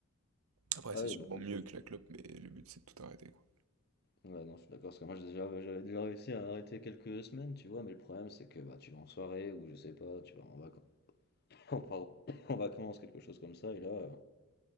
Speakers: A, on the right; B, on the left.
A: Après,
B: Ah,
A: c'est sûrement
B: il y a beaucoup.
A: mieux que la clope, mais le but, c'est de tout arrêter, quoi.
B: Ouais, non, je suis d'accord. Parce que moi, j'ai déjà, bah, j'avais déjà réussi à arrêter quelques semaines, tu vois. Mais le problème, c'est que bah, tu vas en soirée ou je sais pas, tu vas en vacances. <coughs> Pardon. <coughs> En vacances, quelque chose comme ça. Et là, euh,